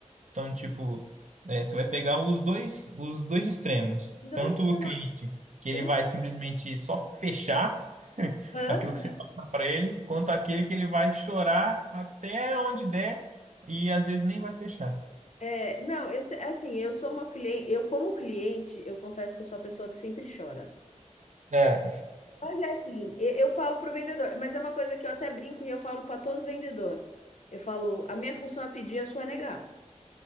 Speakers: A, on the right (about 70°); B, on the left (about 65°).
A: Então, tipo, é, você vai pegar os dois, os dois extremos.
B: Mas eu
A: Tanto
B: vou fazer
A: o
B: uma,
A: cliente, que ele
B: eu vou
A: vai
B: fazer-
A: simplesmente só fechar <laughs>
B: Hã?
A: aquilo que você passar para ele, quanto aquele que ele vai chorar até onde der e às vezes nem vai fechar.
B: É, não, eu se- assim, eu sou uma cliente, eu como cliente, eu confesso que eu sou a pessoa que sempre chora.
A: É,
B: Mas é assim, eu, eu falo pro vendedor, mas é uma coisa que eu até brinco e eu falo para todo vendedor. Eu falo, a minha função é pedir, a sua é negar.